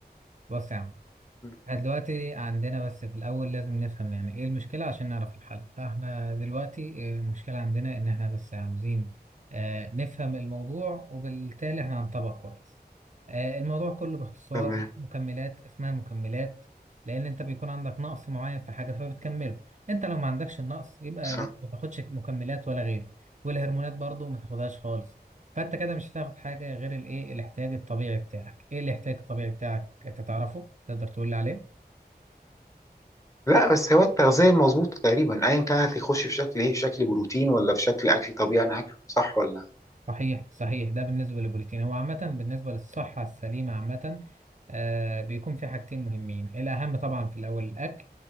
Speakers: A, on the right (about 45°); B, on the left (about 20°).
A: بص يا عم
B: مم.
A: احنا دلوقتي عندنا بس في الأول لازم نفهم يعني إيه المشكلة عشان نعرف الحل فاحنا دلوقتي آه، المشكلة عندنا إن احنا بس عاوزين آه، نفهم الموضوع وبالتالي احنا هنطبق كويس آه، الموضوع كله باختصار
B: تمام
A: مكملات اسمها مكملات لأن أنت بيكون عندك نقص معين في حاجة فبتكمله أنت لو ما عندكش النقص يبقى
B: صح
A: بس ما تاخدش مكملات ولا غيره والهرمونات برضو ما تاخدهاش خالص فأنت كده مش هتاخد حاجة غير الإيه الاحتياج الطبيعي بتاعك إيه الاحتياج الطبيعي بتاعك أنت تعرفه تقدر تقول لي عليه
B: لا بس هو التغذيه مظبوطه تقريبا ايا كان هتخش في شكل ايه في شكل بروتين ولا في شكل اكل طبيعي انا هاكله صح ولا
A: صحيح صحيح ده بالنسبة للبروتين هو عامة بالنسبة للصحة السليمة عامة آه بيكون في حاجتين مهمين الأهم طبعا في الأول الأكل